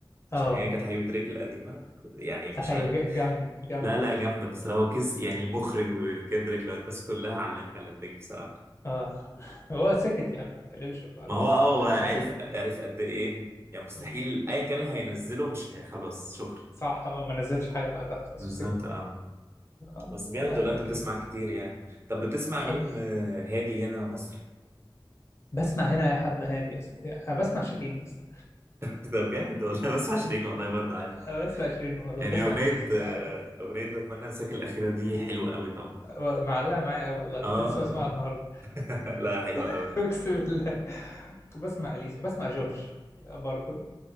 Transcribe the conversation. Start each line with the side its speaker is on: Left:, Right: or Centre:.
Left: اه
Right: عشان هي كانت حبيبة دريك القديمة يعني مش
Left: ايوه
Right: عارف
Left: ج- جامده جامده
Right: لا لا جامدة بس هو كز يعني
Left: <laughs>
Right: المخرج وكندريك لو الناس كلها علمت على دريك بصراحة
Left: اه هو سكت يعني ما اتكلمش من بعده
Right: ما هو
Left: اصلا
Right: اه
Left: ما
Right: هو
Left: قالش
Right: عرف
Left: اي
Right: عرف قد ايه يعني مستحيل
Left: حاجه
Right: ايا كان اللي هينزله مش هي... خلاص شكرا
Left: صح اه ما نزلش حاجة بعدها خلاص
Right: بالظبط
Left: وسكت
Right: اه
Left: اه
Right: بس جامد
Left: لا
Right: ولا
Left: لا
Right: انت
Left: كيك
Right: بتسمع كتير يعني طب بتسمع
Left: أب-
Right: مين آه، هادي هنا مصري
Left: بسمع هنا أي حد هادي يا اسطى يعني أنا بسمع شيرين يا اسطى
Right: <laughs> طب جامد والله <laughs> بسمع شيرين والله برضه عادي
Left: أنا بسمع شيرين والله
Right: يعني
Left: بسمع
Right: اغنية
Left: إليسا ساعات
Right: آه، اغنية بتمنى انساك الاخيرة دي حلوة قوي طبعا
Left: أه، معلقة معايا أوي والله كنت
Right: اه
Left: لسه بسمعها
Right: آه.
Left: النهاردة
Right: <laughs> لا حلوة
Left: <laughs>
Right: قوي
Left: أقسم بالله بسمع إليسا بسمع جورج لا، برضه